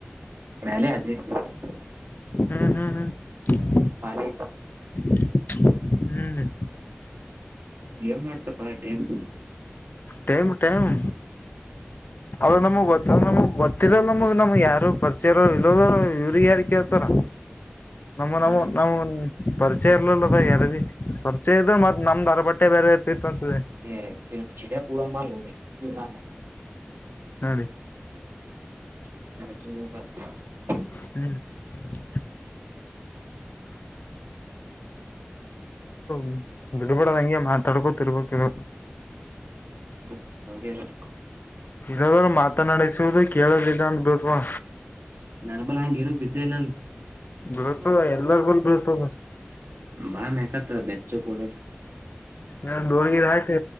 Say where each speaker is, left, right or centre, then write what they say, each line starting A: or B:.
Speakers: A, on the right; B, on the left.
A: ಮೇಲೆ ಹದಿನೈದು ಸಾವಿರ ರೂಪೈ
B: ಹ್ಮ್ ಹ್ಮ್ ಹ್ಮ್
A: ಬಾರಿ
B: <unintelligible> ಹ್ಮ್
A: ಏನ್ ಮಾಡ್ತಪ್ಪ ಟೈಮ್
B: ಟೈಮ್ ಟೈಮ್ ಅವ್ರು ನಮಗ್ ಗೊತ್ತ ನಮಗ್ ಗೊತ್ತಿರಲ್ ನಮಗ್ ನಮ್ಗ್ ಯಾರು ಪರಿಚ ಇಲ್ಲೋದ ಇವ್ರಿಗೆ ಯಾರ ಕೇಳ್ತಾರ ನಮ್ಮ ನವು
A: ಹ್ಮ್
B: ನಮ್ಮ್ ಪರಿಚಯ ಇರ್ಲಿಲ್ಲ ಅದ ಯಾರದ ಪರಿಚಯ ಇದ ಮತ್ತೆ ನಮ್ದ ಅರ ಬಟ್ಟೆ ಬೇರೆ ಇರ್ತಿತ್ತು ಅಂತದೆ
A: ಹ ಕೆಲೆಂ ಚೀಡ್ಯಾ ಪುಡ ಮಾಡಾರ <unintelligible>
B: ನಡೆ
A: <unintelligible>
B: ಹ್ಮ್ <unintelligible> ಇದು ಬಿಡ್ಬಿಡದಂಗೆ ಮಾತಾಡ್ಕೋ ತಿರ್ಬೋಕ್ ಇದು
A: ಹ್ಮ್ ಹಂಗೆ ಇರದು
B: ಇದಾದ್ರ ಮಾತನಾಡಸುದು ಕೇಳದಿಲ್ಲ ಅನ್ಬೋದವಾ
A: ನರಬಲ ಹಂಗ ಏನ ಬಿದ್ದ ಇಲ್ಲ <unintelligible>
B: ಬೀಳ್ತದ ಎಲ್ಲಾರ ಬಲ್ ಬೀಳ್ತದ
A: ಬಾ ಮಕಾತ ಮ್ಯಾಚ್ಚಚೋ ಕೊಡ
B: <inaudible> <unintelligible> ಡೋಳಗೆ ಆಕೆ